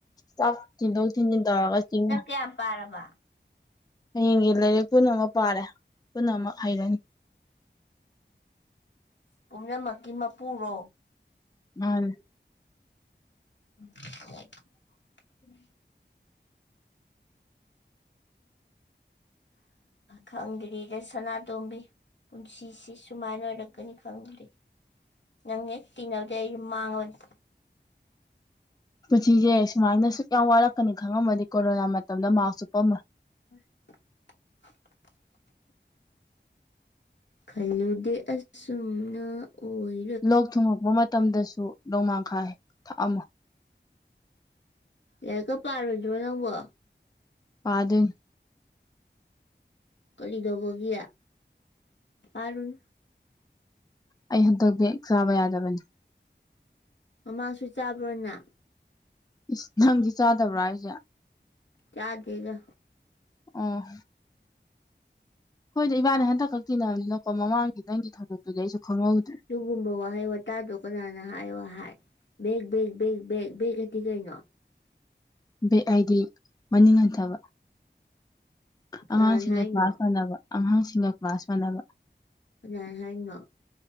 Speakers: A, on the left (about 20°); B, on the left (about 75°).
A: ꯆꯥꯛ ꯊꯤꯟꯗꯣꯛ ꯊꯤꯟꯖꯤꯟ ꯇꯧꯔꯒ ꯆꯤꯡꯉ
B: ꯌꯥꯌꯥ ꯄꯔꯔꯕ
A: ꯍꯌꯦꯡꯒꯤ ꯂꯥꯏꯔꯤꯛ ꯄꯨꯝꯅꯃꯛ ꯄꯥꯔꯦ ꯄꯨꯝꯅꯃꯛ ꯍꯩꯔꯅꯤ꯫
B: ꯄꯨꯝꯅꯃꯛꯀꯤ ꯃꯄꯨꯔꯣ꯫
A: ꯃꯥꯅꯦ
B: <unintelligible>
A: <unintelligible>
B: ꯈꯪꯡꯗꯔꯤꯗ ꯁꯅꯥꯇꯣꯝꯕꯤ꯫ ꯄꯨꯟꯁꯤꯁꯤ ꯁꯨꯃꯥꯏꯅ ꯑꯣꯏꯔꯛꯀꯅꯤ ꯈꯪꯗ꯭ꯦ꯫ ꯅꯪ ꯍꯦꯛ ꯇꯤꯟꯅꯕꯗꯩ ꯑꯩꯖꯤ ꯃꯥꯡꯉꯕꯅꯤ꯫
A: ꯄꯨꯟꯁꯤꯁꯦ ꯁꯨꯃꯥꯏꯅ ꯁꯨꯛ ꯌꯥꯝ ꯋꯥꯔꯛꯀꯅꯤ ꯈꯪꯉꯝꯃꯗꯤ ꯀꯣꯔꯣꯅꯥ ꯃꯇꯝꯗ ꯃꯥꯛꯁ ꯎꯞꯄꯝꯃꯣꯢ꯫
B: <unintelligible> ꯈꯜꯂꯨ ꯗꯦ ꯑꯁꯨꯨꯝ ꯅ ꯑꯣꯏ
A: ꯂꯣꯛ ꯊꯨꯡꯉꯛꯄ ꯃꯇꯝꯗꯁꯨ ꯅꯣꯡꯃꯥꯡꯈꯥ ꯊꯛꯑꯝꯃꯣꯏ꯫
B: ꯂꯥꯛꯔꯤꯛꯀ ꯄꯥꯔꯣꯏꯗ꯭ꯔꯣ ꯅꯪꯕꯣ꯫
A: ꯄꯥꯗꯣꯢꯅꯤ꯫
B: ꯀꯔꯤꯗꯧꯕꯒꯤ ꯄꯥꯔꯨꯅꯨ꯫
A: ꯑꯩ ꯍꯟꯗꯛ ꯕꯦꯛ ꯆꯥꯕ ꯌꯥꯗꯕꯅꯤ꯫
B: ꯃꯃꯥꯡꯁꯨ ꯆꯥꯕ꯭ꯔꯣ ꯅꯪ꯫
A: ꯏꯁ ꯅꯪꯗꯤ ꯆꯥꯗꯕ꯭ꯔꯥ ꯍꯥꯏꯖꯦ꯫
B: ꯆꯥꯗꯦꯗ꯫
A: ꯑꯣ ꯍꯣꯏꯗ ꯏꯕꯥꯅꯤ ꯍꯟꯗꯛ ꯈꯛ ꯇꯤꯟꯅꯅꯤꯅꯀꯣ ꯃꯃꯥꯡꯒꯤ ꯅꯪꯒꯤ ꯊꯧꯗꯛꯇꯨꯗꯤ ꯑꯩꯁꯨ ꯈꯪꯍꯧꯗ꯭ꯔꯦ꯫
B: ꯑꯗꯨꯒꯨꯝꯕ ꯋꯥꯍꯩ ꯋꯥꯇꯥꯗꯣ ꯀꯅꯥꯅ ꯍꯥꯏꯌꯣ ꯍꯥꯏ꯫ ꯕꯦꯛ ꯕꯦꯛ ꯕꯦꯛ ꯕꯦꯛ ꯕꯦꯒ ꯍꯥꯏꯗꯤ ꯀꯩꯅꯣ꯫
A: ꯕꯦꯛ ꯍꯥꯏꯗꯤ ꯃꯅꯤꯡ ꯍꯟꯊꯕ
B: ꯀꯅꯥꯅ
A: ꯑꯉꯥꯡꯁꯤꯡꯒ
B: ꯍꯥꯏꯅꯣ
A: ꯀ꯭ꯂꯥꯁ ꯃꯥꯟꯅꯕ꯫ ꯑꯉꯥꯡꯁꯤꯡꯒ ꯀ꯭ꯂꯥꯁ ꯃꯥꯟꯅꯕ
B: ꯀꯅꯥꯅ ꯍꯥꯏꯅꯣ꯫